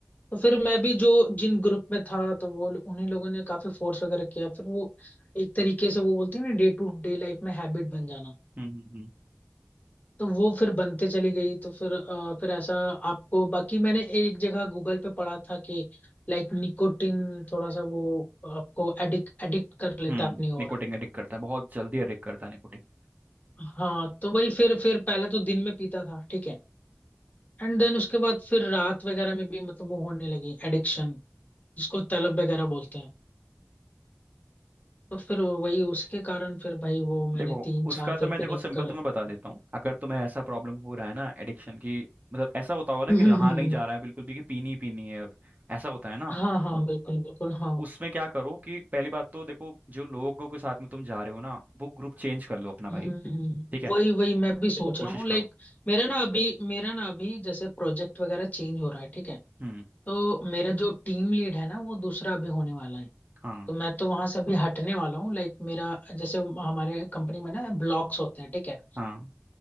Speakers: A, on the left; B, on the right.
A: तो फिर मैं भी जो जिन ग्रुप में था तो वो उन्हीं लोगों ने काफी फोर्स वगैरह किया फिर वो एक तरीके से वो बोलते हैं ना डे टू डे लाइफ में हैबिट बन जाना
B: हम्म हम्म
A: तो वो फिर बनते चली गई तो फिर अ, फिर ऐसा आपको बाकी मैंने एक जगह गूगल पे पढ़ा था कि लाइक निकोटिन थोड़ा सा वो आपको एडिक्ट एडिक्ट कर लेता
B: हम्म
A: है अपनी ओर
B: निकोटिन अडिक्ट करता है बहुत जल्दी अडिक्ट करता है निकोटिन
A: हाँ तो वही फिर फिर पहले तो दिन में पीता था ठीक है एंड देन उसके बाद फिर रात वगैरह में भी मतलब वो होने लगी एडिक्शन जिसको तलब वगैरह बोलते हैं तो फिर वही उसके कारण फिर भाई वो मैंने
B: देखो
A: तीन
B: उसका
A: चार
B: तो
A: फिर
B: मैं देखो
A: पीने
B: सिंपल
A: कर
B: तुम्हें
A: <laughs>
B: बता देता हूँ अगर तुम्हें ऐसा प्रॉब्लम हो रहा है ना एडिक्शन की मतलब ऐसा होता होगा ना
A: हम्म,
B: कि रहा
A: हम्म,
B: नहीं
A: हम्म।
B: जा रहा है बिल्कुल भी कि पीनी ही पीनी है अब ऐसा होता है ना
A: हाँ हाँ बिल्कुल बिल्कुल हाँ
B: तो उसमें क्या करो कि पहली बात तो देखो जो लोगों के साथ में तुम जा रहे हो ना वो ग्रुप चेंज कर लो अपना भाई
A: हम्म,
B: ठीक है
A: वही वही मैं भी सोच
B: कोशिश
A: रहा हूँ लाइक
B: करो
A: मेरा ना अभी मेरा ना अभी जैसे प्रोजेक्ट वगैरह चेंज हो रहा है ठीक है
B: हम्म
A: तो मेरा जो टीम लीड है ना वो दूसरा अभी होने वाला है
B: हाँ
A: तो मैं तो वहां से अभी हटने वाला हूँ लाइक मेरा जैसे हमारे कंपनी में ना ब्लॉक्स होते हैं ठीक है
B: हाँ